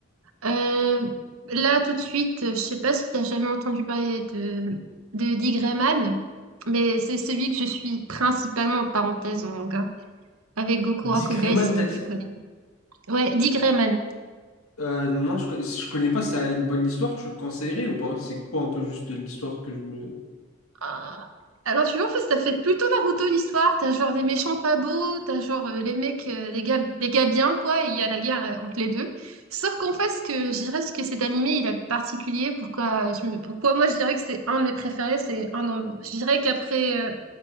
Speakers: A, on the right; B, on the left.
A: Euh, là, tout de suite, je sais pas si t'as jamais entendu parler de de Dee Grayman, mais c'est celui que je suis principalement en parenthèse en manga avec Goku
B: Disgreman,
A: Rakugai si
B: t'as dit?
A: tu connais. Ouais, Dee Grayman.
B: Euh, non, je, co- je connais pas, ça a une bonne histoire, tu le conseillerais ou pas? C'est quoi un peu juste l'histoire que je me...
A: Ah. Alors, tu vois, en fait, ça fait plutôt Naruto l'histoire. T'as genre des méchants pas beaux, t'as genre euh, les mecs, euh, les gars, les gars bien, quoi, et il y a la guerre euh, entre les deux. Sauf qu'en fait, ce que je dirais, ce que cet animé, il a de particulier, pourquoi, euh, je me- pourquoi moi je dirais que c'est un de mes préférés, c'est un dans- Je dirais qu'après euh,